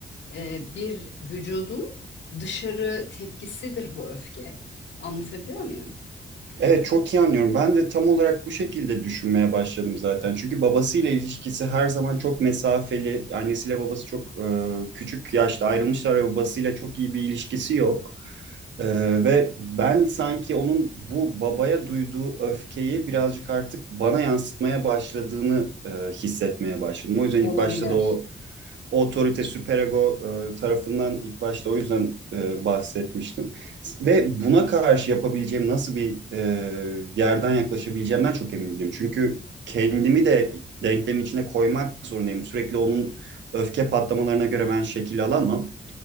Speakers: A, on the left; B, on the right.
A: e, bir vücudun dışarı tepkisidir bu öfke. Anlatabiliyor muyum?
B: Evet çok iyi anlıyorum. Ben de tam olarak bu şekilde düşünmeye başladım zaten. Çünkü babasıyla ilişkisi her zaman çok mesafeli. Annesiyle babası çok e, küçük yaşta ayrılmışlar ve babasıyla çok iyi bir ilişkisi yok. Ee, ve ben sanki onun bu babaya duyduğu öfkeyi birazcık artık bana yansıtmaya başladığını e, hissetmeye başladım. O yüzden
A: Olabilir.
B: ilk başta da o otorite süperego e, tarafından ilk başta o yüzden e, bahsetmiştim. Ve buna karşı yapabileceğim nasıl bir e, yerden yaklaşabileceğimden çok emin değilim. Çünkü kendimi de denklemin içine koymak zorundayım. Sürekli onun öfke patlamalarına göre ben şekil alamam.